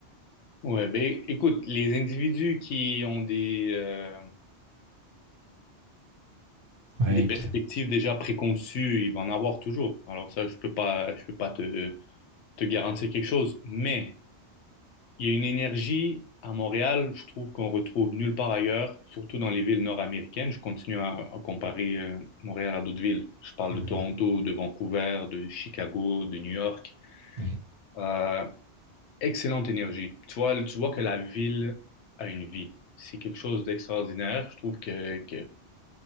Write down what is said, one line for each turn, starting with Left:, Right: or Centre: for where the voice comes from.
Left: Ouais, ben écoute, les individus qui ont des, euh,
Right: Ouais,
Left: des perspectives
Right: qui-
Left: déjà préconçues, ils vont en avoir toujours. Alors ça, je peux pas, je peux pas te, te garantir quelque chose, mais il y a une énergie à Montréal, je trouve qu'on retrouve nulle part ailleurs, surtout dans les villes nord-américaines. Je continue à, à comparer euh, Montréal à d'autres villes. Je parle
Right: mhm,
Left: de Toronto, de Vancouver, de Chicago, de New York.
Right: oui,
Left: Euh, excellente énergie. Tu vois, tu vois que la ville a une vie. C'est quelque chose d'extraordinaire. Je trouve que, que